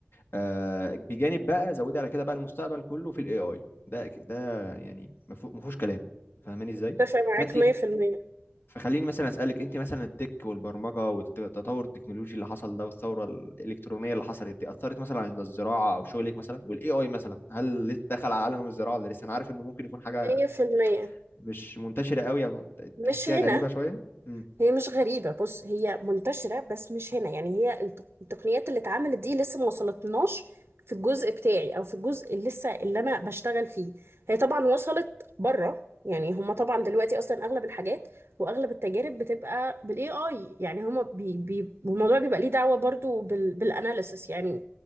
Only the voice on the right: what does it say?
اتفق معاك
100%
100%
مش
هنا
هي مش غريبة بص هي منتشرة بس مش هنا يعني هي التق- التقنيات اللي اتعملت دي لسه ما وصلتناش في الجزء بتاعي او في الجزء اللي لسه اللي انا بشتغل فيه هي طبعا وصلت بره يعني هما طبعا دلوقتي اصلا اغلب الحاجات واغلب التجارب بتبقى بالاي اي يعني هما بي بي والموضوع بيبقى ليه دعوة برضو بال بالاناليسس يعني